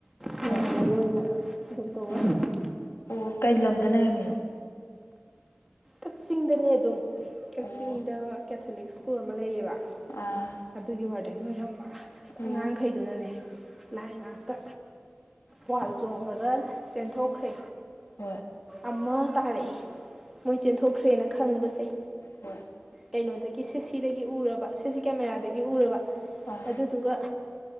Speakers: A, in the centre; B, on the left.
A: ꯌꯥꯝ
B: ꯍꯣꯏ
A: ꯃꯔꯣꯏ ꯑꯣꯏꯅ
B: ꯎꯝ
A: <unintelligible>
B: ꯑꯣ ꯀꯩ ꯂꯝꯗ ꯂꯩꯔꯝꯃꯤꯅꯣ
A: ꯀꯛꯆꯤꯡꯗꯅꯦ ꯑꯗꯨꯝ ꯀꯛꯆꯤꯡꯗ
B: ꯑꯣ
A: ꯀꯦꯊꯣꯂꯤꯛ ꯁ꯭ꯀꯨꯜ ꯑꯃ ꯂꯩꯌꯦꯕ꯫
B: ꯑꯥ
A: ꯑꯗꯨꯒꯤ ꯋꯥꯔꯗꯦꯟ ꯑꯣꯏꯔꯝꯕ ꯑꯁ
B: ꯑꯣ
A: ꯑꯉꯥꯡꯈꯩꯗꯨꯅꯅꯦ ꯂꯥꯏ ꯉꯥꯛꯇ ꯋꯥꯜ ꯆꯣꯡꯉꯒ ꯆꯦꯟꯊꯣꯛꯈ꯭ꯔꯦ꯫
B: ꯍꯣꯏ
A: ꯑꯃ ꯇꯥꯔꯛꯑꯦ ꯃꯣꯏ ꯆꯦꯟꯊꯣꯛꯈ꯭ꯔꯦꯅ ꯈꯪꯕꯁꯦ꯫
B: ꯍꯣꯏ
A: ꯀꯩꯅꯣꯗꯒꯤ ꯁꯤꯁꯤꯗꯒꯤ ꯎꯔꯕ ꯁꯤꯁꯤ ꯀꯦꯃꯦꯔꯥꯗꯒꯤ ꯎꯔꯕ
B: ꯑꯥ
A: ꯑꯗꯨꯗꯨꯒ